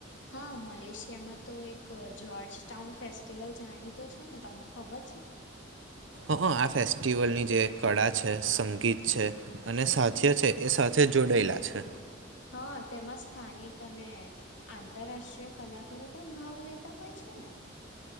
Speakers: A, on the left; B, on the right.
A: હા મલેશિયામાં તો એક જ્યોર્જ ટાઉન ફેસ્ટિવલ જાણીતો છે ને તમને ખબર છે.
B: હ આ ફેસ્ટિવલની જે કળા છે સંગીત છે અને સાથી્ય છે એ સાથે જોડાયેલા છે.
A: હા તેમાં સ્થાનિક અને આંતરરાષ્ટ્રીય કલાકારો પણ ભાગ લેતા હોય છે ને?